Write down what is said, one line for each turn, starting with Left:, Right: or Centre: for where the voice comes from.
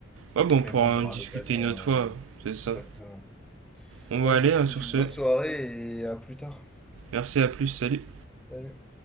Right: Ouais, bon, on pourra
Centre: Mais bon, on aura
Right: en discuter
Centre: l'occasion,
Right: une autre fois,
Centre: euh,
Right: c'est ça.
Centre: exactement.
Right: On
Centre: Ouais,
Right: va aller
Centre: écoute, je
Right: hein,
Centre: te souhaite
Right: sur
Centre: une
Right: ce.
Centre: bonne soirée et à plus tard.
Right: Merci, à plus, salut.
Centre: Salut.